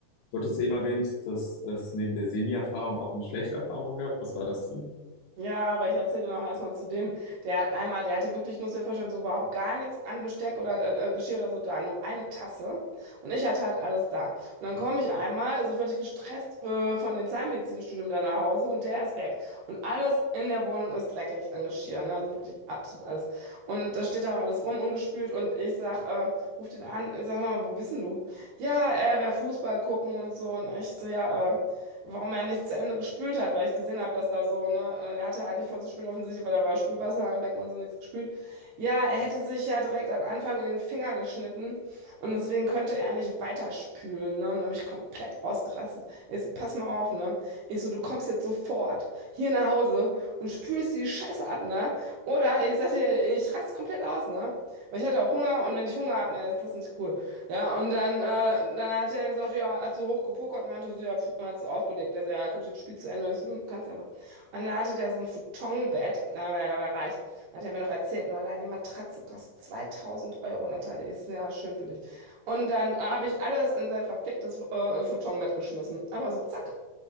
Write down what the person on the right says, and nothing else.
Ja, aber ich erzähle dir noch mal erstmal zu dem. Der hat einmal, der hatte wirklich, ich muss dir vorstellen, so überhaupt gar nichts an Besteck oder äh, äh, Geschirr oder so da, nur eine Tasse. Und ich hatte halt alles da. Und dann komme ich einmal, also völlig gestresst äh, von dem Zahnmedizinstudium da nach Hause und der ist weg. Und alles in der Wohnung ist dreckig an Geschirr, ne? Also wirklich absolut alles. Und da steht da auch alles rum, ungespült. Und ich sag, ähm, ruf den an, ich sag mal, wo bist denn du? Ja, er wäre Fußball gucken und so. Und ich so, ja, äh, warum er nicht zu Ende gespült hat, weil ich gesehen habe, dass da so, ne, äh, er hatte eigentlich voll zu spülen offensichtlich, weil da war Spülwasser im Becken und so nichts gespült. Ja, er hätte sich ja direkt am Anfang in den Finger geschnitten und deswegen könnte er nicht weiter spülen, ne, und dann bin ich komplett ausgerastet. Ich so, pass mal auf, ne, ich so, du kommst jetzt sofort hier nach Hause und spülst die Scheiße ab, ne, oder ich sagte, ich raste komplett aus, ne, weil ich hatte auch Hunger und wenn ich Hunger habe, ne, ist das nicht cool. Ja, und dann, äh, dann hat er gesagt, ja, hat so hochgepokert, meinte so, ja, pf, hat so aufgelegt. Er sagt, ja, guck dir das Spiel zu Ende. Ich so, hm, kannst ja machen. Und da hatte der so ein Futonbett, na, weil er war reich. Hat er mir noch erzählt, nur allein die Matratze kostet 2000 Euro, Natalie. Ist ja schön für dich. Und dann äh, habe ich alles in sein verficktes äh, Futonbett geschmissen. Einfach so, zack.